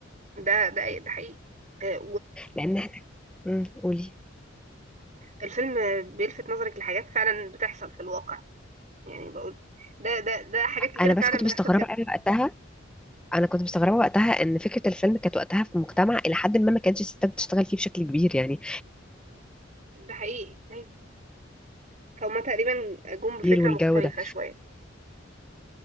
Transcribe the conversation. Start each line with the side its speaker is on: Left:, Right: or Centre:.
Right: ده ده ده حقيقي آه،
Centre: لان احنا مم، قولي
Right: والفيلم بيلفت نظرك لحاجات فعلا بتحصل في الواقع يعني بقول ده ده ده حاجات كتيرة
Centre: انا بس
Right: فعلا
Centre: كنت
Right: بتحصل
Centre: مستغربه
Right: كده
Centre: قوي وقتها انا كنت مستغربه وقتها ان فكره الفيلم كانت وقتها في مجتمع الى حد ما ما كانتش الستات بتشتغل فيه بشكل كبير يعني
Right: ده حقيقي ايوه فهما تقريبا جم بفكرة
Centre: كبير والجو
Right: مختلفة
Centre: ده
Right: شوية